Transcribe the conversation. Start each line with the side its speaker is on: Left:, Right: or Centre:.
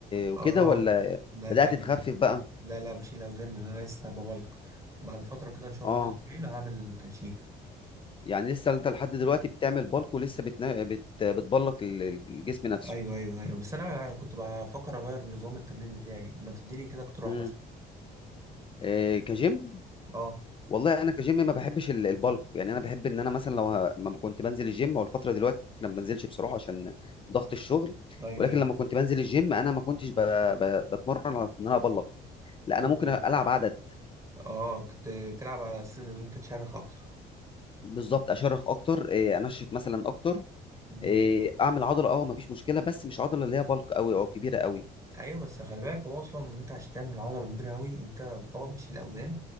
Left: وكده
Right: اه
Left: ولا
Right: لا
Left: بدأت
Right: لا ب-
Left: تخفف بقى
Right: لا لا بشيل اوزان لأن انا لسه ببلك بعد فتره كده ان شاء
Left: اه
Right: الله أسبوعين هعمل تنشيف
Left: يعني لسه انت لحد دلوقتي بتعمل بالك ولسه بتنا... بت... بتبلك ال- ال- الجسم نفسه
Right: ايوه ايوه ايوه بس انا أنا كنت بفكر اغير نظام التمرين بتاعي ما تديني كده اقتراح
Left: امم
Right: مثلا
Left: إيه كجيم
Right: اه
Left: والله انا كجيم ما بحبش ال- البلك يعني انا بحب ان انا مثلا لو ه- ما كنت بنزل الجيم او الفتره دلوقتي انا ما بنزلش بصراحه عشان ضغط الشغل
Right: ايوه
Left: ولكن
Right: ايوه
Left: لما كنت بنزل الجيم انا ما كنتش ب... ب... بتمرن على ان انا ابلك لا
Right: كنت
Left: انا ممكن العب عدد
Right: اه كنت بتلعب على اساس ان انت تشرخ اكتر
Left: بالظبط اشرخ اكتر إيه، انشف مثلا اكتر
Right: امم
Left: إيه، اعمل عضله اه مفيش مشكله بس مش عضله اللي هي بالك قوي او كبيره قوي
Right: ايوه بس خلي بالك هو اصلا انت عشان تعمل عضله كبيره قوي انت اه بتشيل اوزان